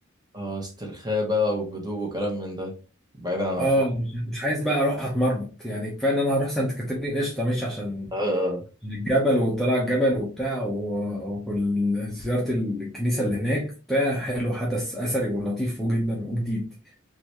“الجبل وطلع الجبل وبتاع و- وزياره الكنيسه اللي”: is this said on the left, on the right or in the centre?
Centre